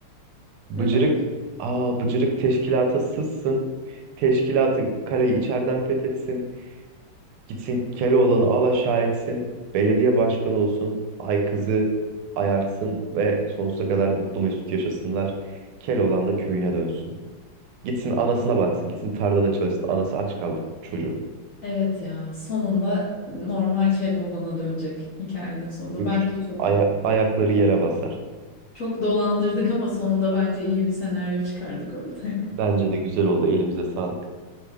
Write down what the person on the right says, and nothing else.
bıcırık,
aa bıcırık teşkilata sızsın. Teşkilatı kaleyi içeriden fethetsin. Gitsin Keloğlan'ı al aşağı etsin. Belediye başkanı olsun. Ay kızı ayartsın ve sonsuza kadar mutlu mesut yaşasınlar. Keloğlan da köyüne dönsün. Gitsin anasına baksın. Gitsin tarlada çalışsın. Anası aç kaldı çocuğu.
Şükür.
Aya-
ayakları yere basar.
Bence de güzel oldu. Elimize sağlık.